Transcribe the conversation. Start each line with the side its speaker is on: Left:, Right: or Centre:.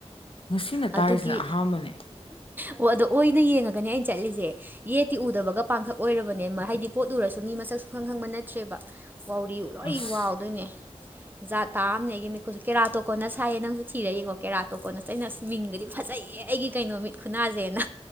Left: ꯉꯁꯤꯅ
Right: ꯑꯗꯨꯒꯤ
Left: ꯇꯥꯔꯤꯁꯤꯅ ꯑꯍꯥꯟꯕꯅꯦ
Right: ꯑꯣ ꯑꯗꯣ ꯑꯣꯏꯅ ꯌꯦꯡꯉꯒꯅꯦ ꯑꯩꯅ ꯆꯠꯂꯤꯁꯦ ꯌꯦꯠꯇꯤ ꯎꯗꯕꯒ ꯄꯥꯡꯈꯛ ꯑꯣꯏꯔꯕꯅꯦ ꯍꯥꯏꯗꯤ ꯄꯣꯠ ꯎꯔꯁꯨ ꯃꯤ ꯃꯁꯛ ꯁ ꯈꯪ ꯈꯪꯕ ꯅꯠꯇ꯭ꯔꯦꯕ ꯋꯥꯎꯔꯤ ꯂꯣꯏ
Left: ꯑꯁ
Right: ꯋꯥꯎꯗꯣꯏꯅꯦ
Left: <inaudible>
Right: ꯖꯥꯠ ꯇꯥꯑꯝꯃꯦ ꯑꯩꯒꯤ ꯃꯤꯀꯨꯠꯁꯨ ꯀꯦꯔꯥ ꯇꯣꯀꯣꯟꯅ ꯁꯥꯏꯌꯦ ꯅꯪꯁꯨ ꯊꯤꯔ ꯌꯦꯡꯉꯣ ꯀꯦꯔꯥ ꯇꯣꯀꯣꯟꯅꯁ ꯑꯩꯅ ꯃꯤꯡꯒꯗꯤ ꯐꯖꯩꯌꯦ ꯑꯩꯒꯤ ꯀꯩꯅꯣ ꯃꯤ ꯈꯨꯅꯥꯁꯦꯅ